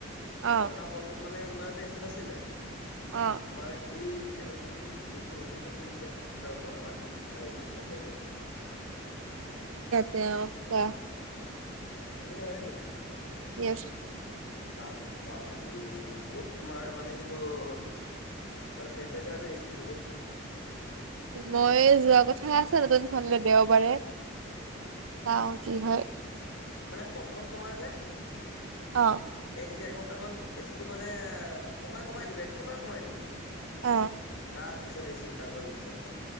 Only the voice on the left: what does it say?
পুৰণা হলটোত মানে ইমানতে এচি নাছিলে
তোমাৰ। এই এতিয়া নতুন যোনটো নতুনকে খুলিছে বিচিত্ৰাৰ ওপৰত আমাৰ চাৰিআলি বিশ্বনাথ চাৰিআলি
তুমিও আহ নেকি?
তাৰ বাপৰি বহুত তোমাৰ মানে কিতো মানে টেম্পাৰেচাৰটো এচিৰ বহুত
মানে প্ৰথম তোমাৰ যে
এক দেেৰ ঘন্ট মান এচি টো মানে কমাই কমাই দিব একেবাৰে কমাই দিব
তাৰ পিছত এছি তানণ্ডব স্থাৰত।